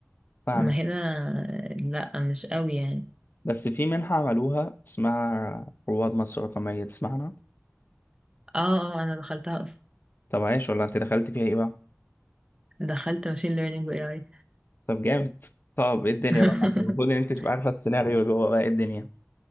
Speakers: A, on the left (about 45°); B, on the right (about 20°).
A: فاهمك
B: ما هنا لا مش قوي يعني
A: بس في منحه عملوها اسمها رواد مصر الرقميه تسمعنا
B: اه اه انا دخلتها اصلا
A: طب عايش ولا انت دخلت فيها ايه بقى
B: دخلت ماشين ليرنينج واي اي
A: طب جامد طب ايه الدنيا
B: <laughs>
A: بقى ما انت المفروض ان انت تبقى عارفه السيناريو اللي جوه بقى ايه الدنيا